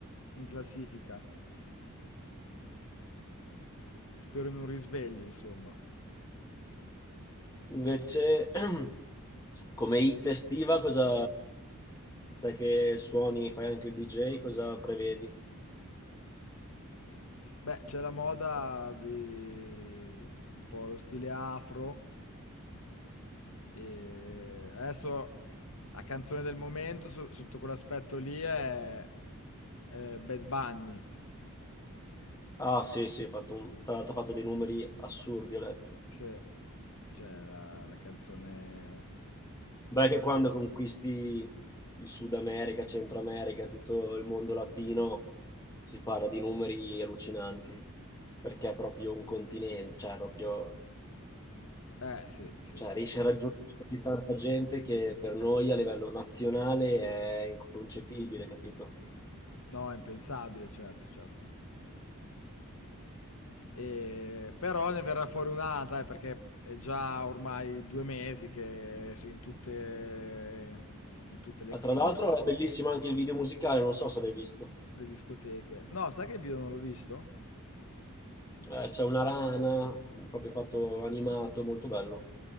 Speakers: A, on the left (about 65°); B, on the left (about 15°).
A: in classifica Spero in un risveglio, insomma.
B: Invece, <clears throat> come hit estiva, cosa... Te che suoni, fai anche il DJ, cosa prevedi?
A: Beh, c'è la moda di un po' lo stile afro. E adesso la canzone del momento su- sotto quell'aspetto lì è, è Bad Bunny.
B: Ah, sì, sì, ho fatto un- tra l'altro ho fatto dei numeri assurdi, ho letto.
A: Sì, cioè la, la canzone...
B: Beh, che quando conquisti il Sud America, Centro America, tutto il mondo latino, si parla di numeri allucinanti, perché è proprio un continente, cioè proprio,
A: Eh, sì, sì,
B: cioè
A: sì.
B: riesce a raggiungere così tanta gente che per noi a livello nazionale è inconcepibile, capito?
A: No, è impensabile, certo, certo. E- Però ne verrà fuori un'altra, eh, perché è già ormai due mesi che su- in tutte, in tutte le...
B: Ah, tra l'altro è bellissimo anche il video musicale, non so se l'hai visto.
A: Le discoteche. No, sai che il video non l'ho visto?
B: Eh, c'è una rana, proprio fatto animato, molto bello.